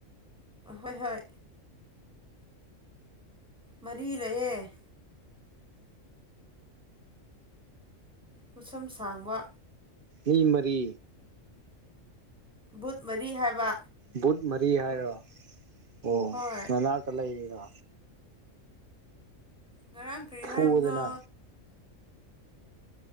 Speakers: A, in the centre; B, on the right.
A: ꯍꯣꯏ ꯍꯣꯏ ꯃꯔꯤ ꯂꯩꯌꯦ꯫ ꯃꯁꯝ ꯁꯥꯡꯕ
B: ꯃꯤ ꯃꯔꯤ
A: ꯕꯨꯠ ꯃꯔꯤ ꯍꯥꯏꯕ
B: ꯕꯨꯠ ꯃꯔꯤ ꯍꯥꯏꯔꯣ ꯑꯣ
A: ꯍꯣꯏ
B: ꯅꯅꯥꯛꯇ ꯂꯩꯔꯤꯔꯣ꯫
A: ꯉꯔꯥꯡ ꯀꯔꯤ
B: ꯐꯨꯗꯅ
A: ꯍꯥꯏꯕꯅꯣ꯫